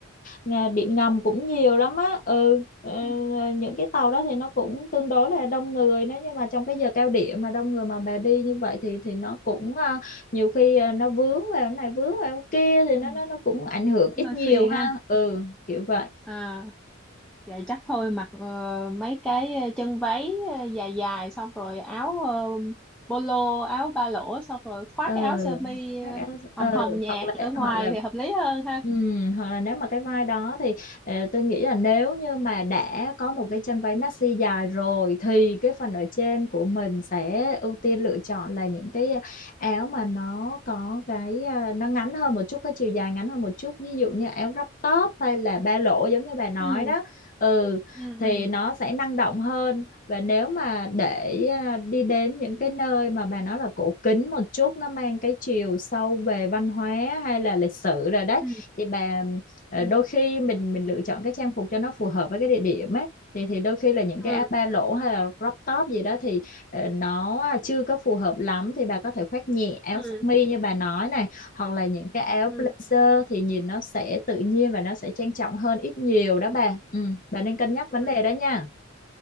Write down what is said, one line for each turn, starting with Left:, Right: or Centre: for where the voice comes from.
Left: ngà- điện ngầm cũng nhiều lắm á ừ ờ,
Centre: ừ.
Left: ờ, những cái tàu đó thì nó cũng tương đối là đông người nếu như mà trong cái giờ cao điểm mà đông người mà bà đi như vậy thì thì nó cũng ờ, nhiều khi ờ, nó vướng vào cái này vướng vào cái kia thì
Centre: ừ.
Left: nó nó nó cũng ảnh hưởng
Centre: cũng
Left: ít
Centre: hơi
Left: nhiều
Centre: phiền
Left: ha
Centre: ha
Left: ừ kiểu vậy
Centre: à Vậy chắc thôi mặc ờ, mấy cái ờ, chân váy ờ, dài dài xong rồi áo ờ, polo, áo ba lỗ xong rồi khoác
Left: ừ
Centre: cái áo sơ mi
Left: phát
Centre: ờ,
Left: áo
Centre: hồng
Left: ừ
Centre: hồng nhạt
Left: hoặc là
Centre: ở ngoài
Left: hoặc là
Centre: thì hợp lý hơn ha.
Left: Ừ, hoặc là nếu mà cái vai đó thì ờ, tôi nghĩ là nếu như mà đã có một cái chân váy maxi dài rồi thì cái phần ở trên của mình sẽ ưu tiên lựa chọn là những cái ờ, áo mà nó có cái à, nó ngắn hơn một chút cái chiều dài ngắn hơn một chút ví dụ như áo crop top hay là ba lỗ giống như bà nói
Centre: Ừ,
Left: đó ừ
Centre: ừ,
Left: thì
Centre: ừ,
Left: nó sẽ năng động hơn và nếu mà để à, đi đến những cái nơi mà bà nói là cổ kính một chút nó mang cái chiều sâu về văn hóa hay là lịch sử rồi đấy
Centre: ừ,
Left: thì bà ờ,
Centre: ừ,
Left: đôi khi mình mình lựa chọn cái trang phục cho nó phù hợp với cái địa điểm ấy thì thì đôi khi là những cái
Centre: ừ,
Left: áo ba lỗ hay là crop top gì đó thì ờ, nó à, chưa có phù hợp lắm thì bà có thể khoác nhẹ áo
Centre: ừ,
Left: sơ
Centre: ừ,
Left: mi như bà nói này hoặc là những cái áo
Centre: ừ,
Left: blazer thì nhìn nó sẽ tự nhiên và nó sẽ trang trọng hơn ít nhiều đó bà ừ, bà nên cân nhắc
Centre: ừ,
Left: vấn đề đó nha